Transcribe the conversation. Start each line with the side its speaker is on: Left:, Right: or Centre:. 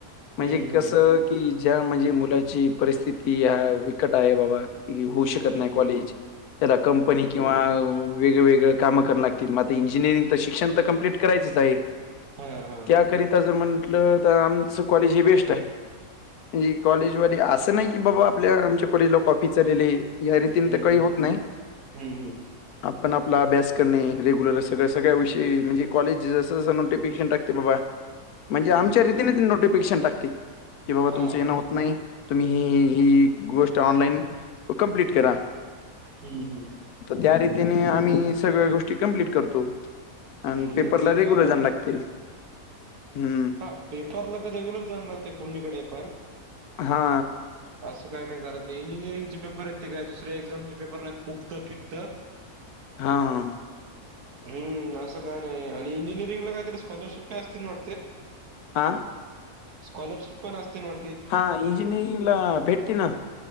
Left: म्हणजे
Right: हम्म
Left: कसं, की ज्या म्हणजे मुलाची परिस्थिती ह्या बिकट आहे बाबा होऊ शकत
Right: हम्म
Left: नाही कॉलेज, त्याला कंपनी किंवा वेगळे ववेगळे काम कंरा लागतील, म इंजिनिअरिंग तर शिक्षण तर कंम्प्लीट करायचंच आहे
Right: हम्म
Left: त्याकरिताच म्हंटलं तर आमचं कॉलेज हे बेस्ट आहे. कॉलेजमध्ये असं नाही, की बाबा आपल्या आमच्या कॉलेजला कॉफी चालेली आहे या रीतीनं
Right: हम्म
Left: तर काही होत नाही.
Right: हम्म
Left: आपण आपला अभ्यास करणे, रेग्युलर असं सगळ्या सगळ्या विषयी म्हणजे कॉलेज जसं जसं नोटिफिकेशन टाकते बाबा म्हणजे
Right: हम्म हा हा हम्म हम्म हम्म
Left: आमच्या
Right: हम्म हम्म हम्म हम्म
Left: रीतीन तीन नोटिफिकेशन टाकते, की बाबा
Right: हा
Left: तुमचं येणं
Right: हा
Left: होत नाय. तुम्ही ही ही ही ही गोष्ट ऑनलाईन कंप्लीट करा.
Right: हम्म हम्म.
Left: त्या रीतीने आम्ही सगळ्या गोष्टी कंप्लीट करतो. आणि
Right: म
Left: पेपरला
Right: ते
Left: रेग्युलर
Right: बरं
Left: जाणं
Right: आय ना?
Left: लागते. हं.
Right: हा पेपरला तर रेग्युलर जाणार ते कोणीकडे पण.
Left: हा.
Right: असं काय नाय कारण ते इंजिनिअरिंगचे पेपर आयत ते काय दुसऱ्या एक्झामचे पेपर नाय मुक्तं फिक्त.
Left: हा हा.
Right: हम्म, असं काय नाय आणि इंजिनिअरिंगला कायतरी स्कॉलरशिप काय असते ना वाटतय?
Left: आं?
Right: स्काॉरशिप पण असते ना वा
Left: हा इंजिनिअरिंग ला भेटते ना